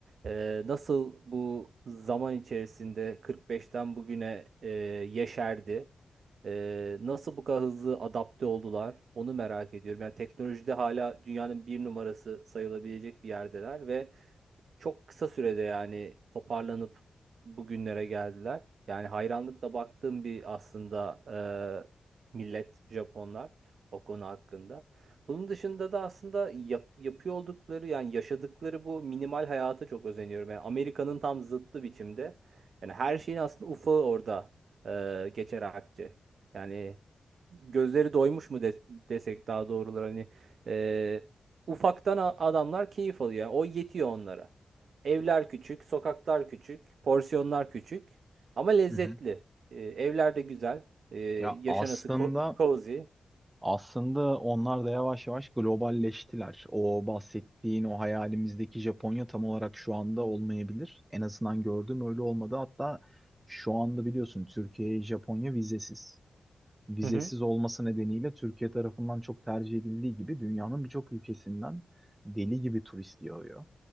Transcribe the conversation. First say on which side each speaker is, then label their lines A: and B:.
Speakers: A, on the right; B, on the right.
A: e, nasıl bu zaman içerisinde 45'ten bugüne e, yeşerdi? Ee, nasıl bu kadar hızlı adapte oldular? Onu merak ediyorum. Yani teknolojide hala dünyanın bir numarası sayılabilecek bir yerdeler ve çok kısa sürede yani toparlanıp bugünlere geldiler. Yani hayranlıkla baktığım bir aslında e, millet Japonlar o konu hakkında. Bunun dışında da aslında yap- yapıyor oldukları yani yaşadıkları bu minimal hayata çok özeniyorum. Yani Amerika'nın tam zıttı biçimde. Yani her şeyin aslında ufağı orada e, geçer akçe. Yani gözleri doymuş mu de- desek daha doğruları hani e, ufaktan a- adamlar keyif alıyor. Yani o yetiyor onlara. Evler küçük, sokaklar küçük, porsiyonlar küçük ama lezzetli.
B: Hı hı.
A: Ee, evler de güzel. Ee, yaşanası
B: Ya aslında
A: ko- cozy.
B: Aslında onlar da yavaş yavaş globalleştiler. O bahsettiğin o hayalimizdeki Japonya tam olarak şu anda olmayabilir. En azından gördüğüm öyle olmadı. Hatta şu anda biliyorsun Türkiye'ye Japonya vizesiz. Vizesiz
A: Hı hı.
B: olması nedeniyle Türkiye tarafından çok tercih edildiği gibi dünyanın birçok ülkesinden deli gibi turist yağıyor.